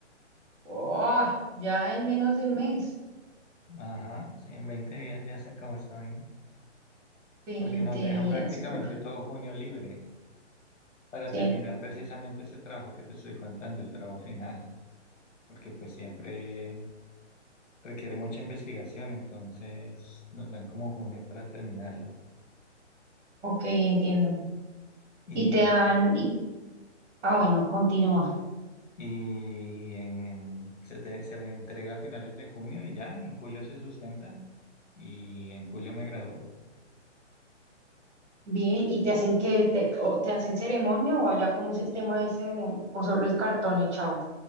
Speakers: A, on the right; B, on the left.
A: Oh, ya en menos de un mes.
B: Ajá, sí, en veinte días ya se acabó esta vaina.
A: veinte
B: Porque nos
A: días,
B: dejan prácticamente
A: uf,
B: todo junio libre para
A: sí,
B: terminar precisamente ese trabajo que te estoy contando, el trabajo final. Porque pues siempre requiere mucha investigación, entonces nos dan como junio para terminarlo.
A: ok, entiendo.
B: Y,
A: Y te dan, y, ah, bueno, continúa.
B: y en- se, te- se me entrega a finales de junio y ya en julio se sustenta y en julio me graduó.
A: Bien, ¿y te hacen que te, o te hacen ceremonia o allá cómo es el tema ese de, o solo el cartón echado?